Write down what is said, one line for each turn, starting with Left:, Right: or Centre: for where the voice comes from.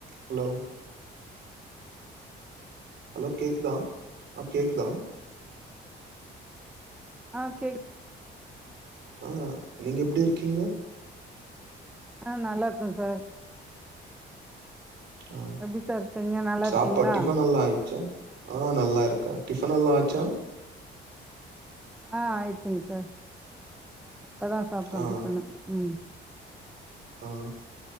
Right: Hello hello கேக்குதா ஆ கேக்குதா
Centre: ஆ கேக்
Right: ஆ நீங்க எப்டி இருக்கீங்க
Centre: ஆ நல்லா இருக்கே சார்
Right: ஆ
Centre: எப்டி சார் இருக்கீங்க நல்லா
Right: சாப்பாட்
Centre: இருக்கீங்களா
Right: டிஃபன் எல்லா ஆயிட்ச்சா ஆ நல்லா இருக்கோ டிஃபன் எல்லா ஆச்சா
Centre: ஆ ஆயிட்ச்சுங்க சார் இப்பதா சாப்ட்டோ
Right: ஆ
Centre: டிஃபனு ம்
Right: ஆ